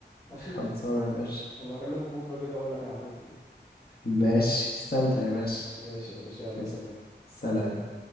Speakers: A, on the left; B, on the left.
A: ماشي
B: خلصانه يا باشا
A: وبكلمك بكره كده اقول لك انا عملت ايه
B: ماشي استمتع يا باشا
A: ماشي يا باشا يلا
B: يلا
A: سلام
B: سلام